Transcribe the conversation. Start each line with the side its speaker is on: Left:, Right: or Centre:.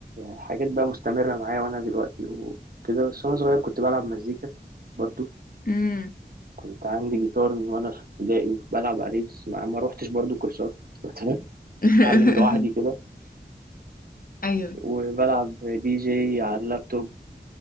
Right: حاجات بقى مستمرة معايا وانا دلوقتي وكده بس وانا صغير كنت بلعب مزيكا برضه
Left: مم.
Right: كنت عندي جيتار من وانا في ابتدائي وبلعب عليه بس ما ما روحتش برضه كورسات <laughs> كنت
Left: <laughs>
Right: بتعلم لوحدي كده
Left: ايوه
Right: وبلعب دي جي على اللابتوب